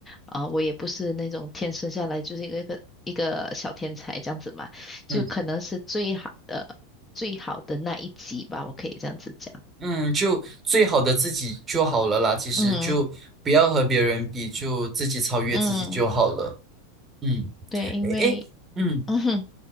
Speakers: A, on the left; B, on the right.
A: 呃我也不是那种天生下来就是一个一个一个小天才这样子嘛，
B: 嗯
A: 就可能是最好的最好的那一级吧，我可以这样子讲。
B: 嗯，就最好的自己就好了啦。其实就不要和别人比，
A: 嗯
B: 就自己超越自己就好了。
A: 嗯，
B: 嗯，
A: 对，因为
B: 诶诶，嗯。
A: 嗯哼